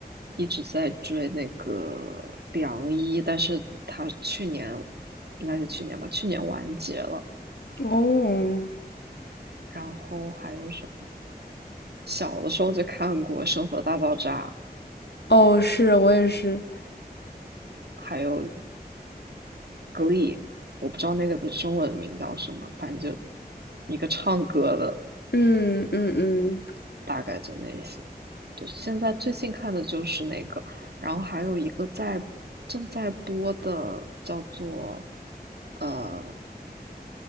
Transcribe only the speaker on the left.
哦，
哦，是我也是。
嗯嗯嗯，